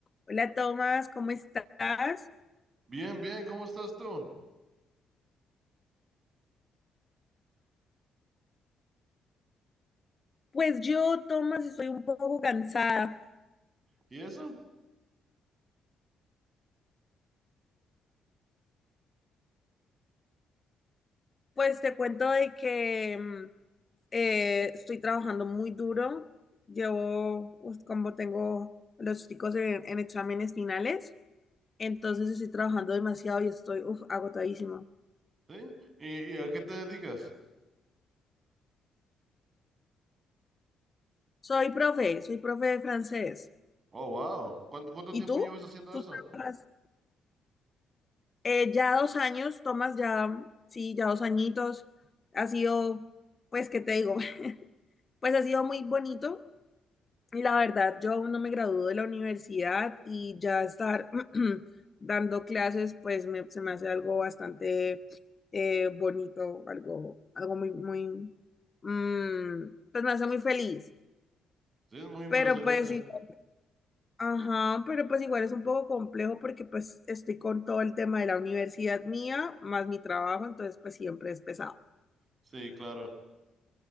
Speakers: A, on the left; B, on the right.
A: Hola Tomás, ¿cómo estás?
B: Bien, bien, ¿cómo estás tú?
A: Pues yo, Tomás, estoy un poco cansada.
B: ¿Y eso?
A: Pues te cuento de que mm, eh, estoy trabajando muy duro. Llevo, pues, como tengo los chicos en, en exámenes finales, entonces estoy trabajando demasiado y estoy uf, agotadísima.
B: ¿Sí? ¿Y, y a qué te dedicas?
A: Soy profe, soy profe de francés.
B: Oh, wow. ¿Cuánto, cuánto
A: ¿Y
B: tiempo
A: tú?
B: llevas haciendo
A: ¿Tú
B: eso?
A: trabajas? Eh, ya dos años, Tomás, ya, sí, ya dos añitos. Ha sido, pues, ¿qué te digo? <laughs> Pues ha sido muy bonito. La verdad, yo aún no me gradúo de la universidad y ya estar <clears throat> dando clases, pues me- se me hace algo bastante eh, bonito, algo, algo muy, muy, mm, pues me hace muy feliz.
B: Sí, es muy impresionante.
A: Pero pues, igual- ajá, pero pues igual es un poco complejo porque pues estoy con todo el tema de la universidad mía, más mi trabajo, entonces pues siempre es pesado.
B: Sí, claro.